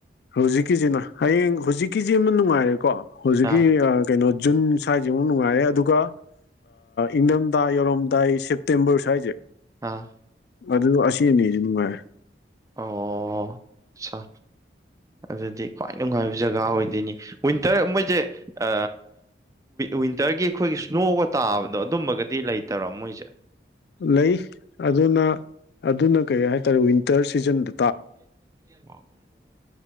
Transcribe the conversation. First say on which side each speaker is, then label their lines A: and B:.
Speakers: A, on the left; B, on the right.
A: ꯍꯧꯖꯤꯛꯀꯤꯁꯤꯅ ꯍꯌꯦꯡ ꯍꯧꯖꯤꯛꯀꯤꯁꯤ ꯑꯃ ꯅꯨꯡꯉꯥꯏꯔꯦꯀꯣ ꯍꯧꯖꯤꯛꯀꯤ
B: ꯑꯥ
A: ꯀꯩꯅꯣ ꯖꯨꯟ ꯁ꯭ꯋꯥꯏꯁꯤꯃ ꯅꯨꯡꯉꯥꯏꯔꯦ ꯑꯗꯨꯒ ꯏꯪꯗꯝ ꯌꯧꯔꯝꯗꯥꯏ ꯁꯦꯞꯇꯦꯝꯕꯔ ꯁ꯭ꯋꯥꯏꯁꯦ
B: ꯑꯥ
A: ꯑꯗꯨ ꯑꯁꯤ ꯑꯅꯤꯁ ꯅꯨꯡꯉꯥꯏꯔꯦ
B: ꯑꯣ ꯆꯥ ꯑꯗꯨꯗꯤ ꯈ꯭ꯋꯥꯏ ꯅꯨꯡꯉꯥꯏꯕ ꯖꯒꯥ ꯑꯣꯏꯗꯣꯏꯅꯤ ꯋꯤꯟꯇꯔ ꯃꯣꯏꯁꯦ ꯑ ꯋꯤꯟꯇꯔꯒꯤ ꯑꯩꯈꯣꯏꯒꯤ ꯁ꯭ꯅꯣꯒ ꯇꯥꯕꯗꯣ ꯑꯗꯨꯝꯕꯒꯗꯤ ꯂꯩꯇꯔꯣ ꯃꯣꯏꯖꯦ
A: ꯂꯩ ꯑꯗꯨꯅ ꯑꯗꯨꯅ ꯀꯔꯤ ꯍꯥꯏꯇꯥꯔꯦ ꯋꯤꯟꯇꯔ ꯁꯤꯖꯟꯗ
B: ꯑꯣ